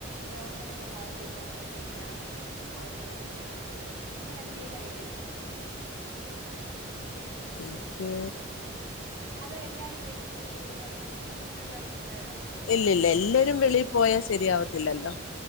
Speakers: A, on the right; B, on the left.
A: ഗവൺമെന്റിന്റെ ഭാഗത്ത് ഇങ്ങനെക്കെ ചെയ്താ അവർക്ക് ഇവിടെ നിക്കാൻ പറ്റുവായിരിക്കും അങ്ങനെ എന്തെലും ഐഡിയ ഒണ്ടോ
B: എനിക്ക്
A: അതോ എല്ലാരും വെളിയി പോയി സെറ്റിൽ ആയിക്കോ അങ്ങനെയൊള്ള അഭിപ്രായം ആണോ
B: ഇല്ല ഇല്ല എല്ലാവരും വെളിയി പോയാൽ ശരിയാവത്തില്ലല്ലോ